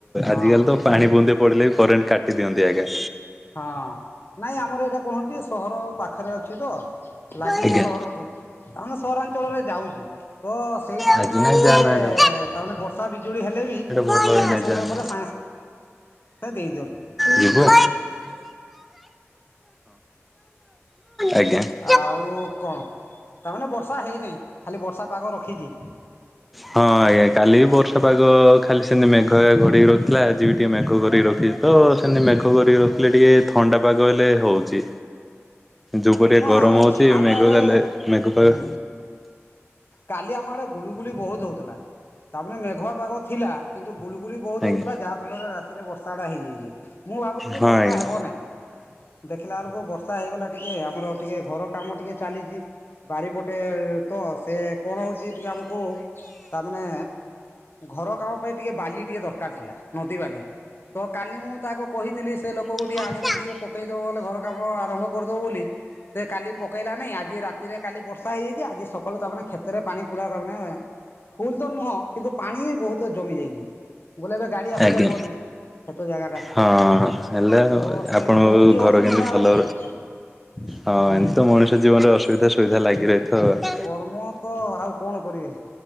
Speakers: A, on the left; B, in the centre.
A: ହଁ
B: ଆଜିକାଲି ତ ପାଣି ବୁ ନ୍ଦେ ପଡିଲେ ବି କରେଣ୍ଟ କାଟି ଦିଅନ୍ତି ଆଜ୍ଞା।
A: ହଁ ନାଇଁ ଆମର ଏଇଟା କଣ ହେଉଛି ସହର ପାଖରେ ଅଛି ତ ଲାଗିଛି
B: ଆଜ୍ଞା।
A: ସହରକୁ ତାମାନେ ସହରାଞ୍ଚଳରେ ଯାଉଛି ତ ସେଇ ସେଥିପାଇଁ
B: ଆଜି
A: ଟିକେ
B: ନାଇଁ ଯାଆନା ଏଇଟା
A: ତାମାନେ ବର୍ଷା ବିଜୁଳି ହେଲେ
B: ଏଇଟା
A: ବି
B: ଭଲ
A: ଟିକେ
B: ହେଇନାହିଁ
A: ସମୟ
B: ଯାଆନା।
A: ପରେ ସାଙ୍ଗେ ସା ହେ ଦେଇଦିଅନ୍ତି।
B: ଯିବୁ ହଁ ଆଜ୍ଞା <inaudible>
A: ଆଉ କଣ ତାମାନେ ବର୍ଷା ହେଇନେହିଁ ଖାଲି ବର୍ଷା ପାଗ ରଖିଛି।
B: ହଁ ଆଜ୍ଞା କାଲି ବି ବର୍ଷା ପାଗ ଖାଲି ସେମିତି ମେଘ ଘଡେକି ରଥିଲା ଆଜି ବି ଟିକେ ମେଘ ଘୋରେକି ରଖି ତ ସେମତି ମେଘ
A: ହୁଁ
B: କରିକି
A: ନାଇଁ
B: ରଖିଲେ ଟିକେ ଥଣ୍ଡା ପାଗ ହେଲେ ହୋଉଚି। ଯୋଉ ପଟେ
A: ମ
B: ଗରମ
A: ଆମ
B: ହଉଚି
A: ଆମ
B: ମେଘ
A: ଆଡ଼େ
B: ହେଲେ ମେଘ ପାଗ
A: ହୁଁ କାଲି ଆମ ଆଡେ ଗୁଳୁଗୁଳି ବହୁତ ହଉଥିଲା ତାପରେ ମେଘୁଆ ପାଗ ଥିଲା କିନ୍ତୁ ଗୁଳୁଗୁଳି ବହୁତ
B: ଆଜ୍ଞା
A: ହଉଥିଲା ଯାହା ଫଳରେ ରାତିରେ ବର୍ଷାାଟା ହେଇଯାଇଛି ମୁଁ ଭାବୁଥିଲି
B: ହଁ
A: ବର୍ଷା
B: ଆଜ୍ଞା।
A: ହେବ ନାହିଁ। ଦେଖିଲା ବେଳକୁ ବର୍ଷ ର୍ଷା ହେଇଗଲା ଟିକେ ଆମର ଟିକେ ଘର କାମ ଟିକେ ଚାଲିଛି ବାରିପଟେ ତ। ସେ କଣ ହଉଛି ଟିକେ ଆମକୁ ତାମାନେ ଘର କାମ ପାଇଁ ଟିକେ ବାଲି ଟିକେ ଦରକାର ଥିଲା। ନଦୀ ବାଲି, ତ କାଲି ମୁଁ ତାକୁ କହିଥିଲି ସେ ଲୋ କୋଉଠି
B: ଆଜ୍ଞା।
A: ଆଣିକି ଟିକେ ପକେଇଦବ ବୋଲି, ଘର କାମ ଆରମ୍ଭ କରିଦବ ବୋଲି। ସେ କାଲି ପକେଇଲା ନାହିଁ। ଆଜି ରାତିରେ କାଲି ବର୍ଷା ହେଇଯାଇଛି। ଆଜି ସ କାଳୁ ତାମାନେ କ୍ଷେତରେ ପାଣି ପୁରା ହବା ମାନେ ଫୁଲ ତ ନୁହଁ, କିନ୍ତୁ ପାଣି ବହୁତ ଜମି ଯାଇଛି। ବୋଧେ ଏବେ ଗାଡି ଆସି
B: ଆଜ୍ଞା
A: ପାରିବନି? ଖେତ ଜାଗାଟା।
B: ହଁ ହେଲା
A: ତ ସେମିତି
B: ଆପଣଙ୍କ
A: ହଉଛି
B: ଘର
A: ଅସୁବିଧା
B: କେମିତି ଭଲ
A: ଆଉ କଣ କରିବେ?
B: ହଁ,
A: ହୁଁ।
B: ଏମିତି ତ ମଣିଷ ଜୀବନରେ ଅସୁବିଧା ସୁବିଧା ଲାଗି ରହିଥିବ।
A: କର୍ମ ତ ଆଉ କଣ କରିବେ?